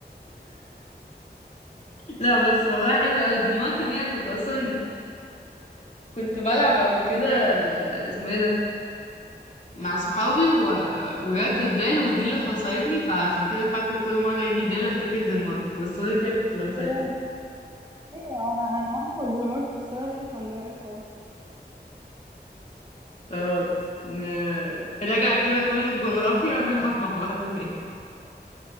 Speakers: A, on the left; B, on the right.
A: لا بس والله حلو اوي الدنمارك دي انا كنت اصلا كنت بلعب قبل كده اسمه ايه ده مع صحابي و... وجت الدال ودي اللي خسرتني فعشان كده فاكرة كل مرة يجي دال افتكر الدنمارك بس غير كده كنت بنساه
B: <laughs> ايوه انا انا عارفه الدنمارك بس انا راحت عن دماغي خالص
A: خلاص ن- نراجع كده كل الجغرافيا ونلعب مع بعض تاني